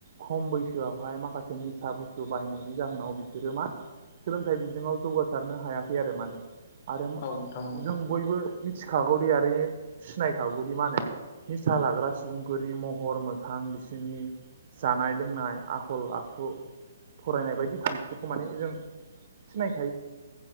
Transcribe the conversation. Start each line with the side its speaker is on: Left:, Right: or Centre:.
Right: खम बैसोआवहाय माखासे निसा बुस्थु बाहायनायनि जाहोनाव बिसोरो मा सोलोंथाइ बि थिङाव जौगारनो हायाखै आरो माने आरो
Left: औ नोंथां नंगौ
Right: जों बयबो मि खागौरि आरो सिनाय खागौदि मा होनो निसा लाग्रा सुबुंफोरनि महर मोखां बिसोरनि जानाय लोंनाय आखल आखु फरायनाय बायदि खान्थिफोरखौ माने जों सिनाय